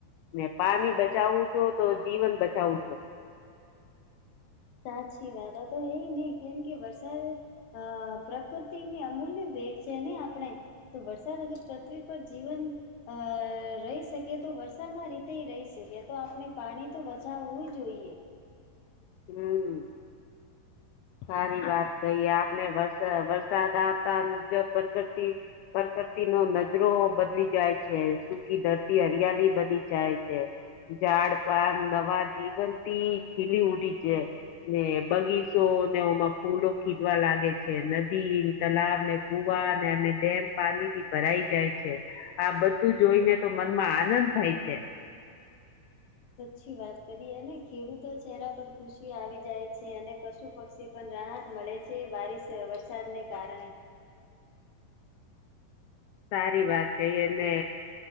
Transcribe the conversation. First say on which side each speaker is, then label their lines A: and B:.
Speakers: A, on the left; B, on the left.
A: ને પાની બચાવું છો તો જીવન બચાવું છો.
B: સાચી વાત તો હ નહ કેમ કે વરસાદ અ પ્રકૃતિની અમૂલ્ય ભેટ છે ને આપણે તો વરસાદ અગર પૃથ્વી પર જીવન અ રહી શકીએ તો વરસાદના રીતે રહી શકીએ તો આપણે પાણી તો બચાવવું જોઈએ.
A: હમ સારી વાત કહીએ આપણે વર વરસાદ આવતા મુજબ પ્રકૃતિ પરકરતીનો નજરો બદલી જાય છે, સુકી ધરતી હરિયાલી બની જાય છે. ઝાડ પાન નવા જીવંતી ખીલી ઉઠી છે ને, બગીચ તો તેઓમાં ફૂલો ખીલવા લાગે છે. નદીન, તલાવને, કુવા ને અને ડેમ પાણીથી ભરાઈ જાય છે, આ બધું જોઈને તો મનમાં આનંદ થાય છે.
B: પછી વાત કરી અને ખેડૂતો ચહેરા પર ખુશી આવી જાય છે અને પશુ-પક્ષ થી પણ રાહત મળે છે, બારીશ વરસાદને કારણે.
A: સારી વાત કહી, અને